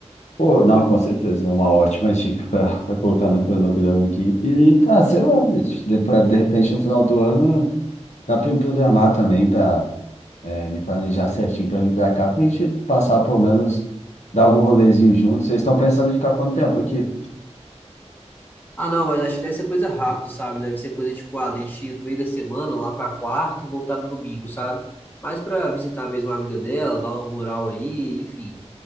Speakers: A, on the left; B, on the left.
A: Pô, não, com certeza, é uma ótima <laughs> dica para colocar no cronograma aqui. E, ah, sei lá, bicho, de, pra- de repente no final do ano dá para me programar também para me planejar certinho para vir para cá, para a gente passar pelo menos, dar algum rolezinho junto. Vocês estão pensando em ficar quanto tempo aqui?
B: Ah, não, mas acho que deve ser coisa rápida, sabe? Deve ser coisa tipo, ah, deixa ir no meio da semana, lá pra quarta e voltar no domingo, sabe? Mas pra visitar mesmo a amiga dela, dar uma moral aí, enfim.